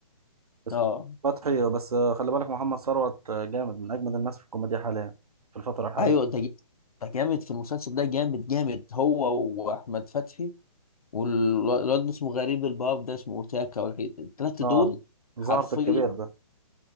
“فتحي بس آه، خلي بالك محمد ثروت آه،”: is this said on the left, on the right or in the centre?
Right